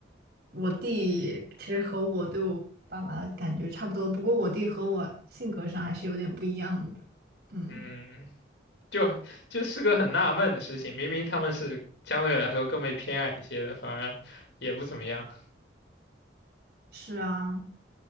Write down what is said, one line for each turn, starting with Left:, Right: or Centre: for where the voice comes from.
Right: 我弟其实和我对我爸妈的感觉差不多，不过我弟和我性格上还是有点不一样的。嗯，
Left: 嗯，就就是个很纳闷的事情，明明他们是相对来说更被偏爱一些的，反而也不怎么样。
Right: 是啊，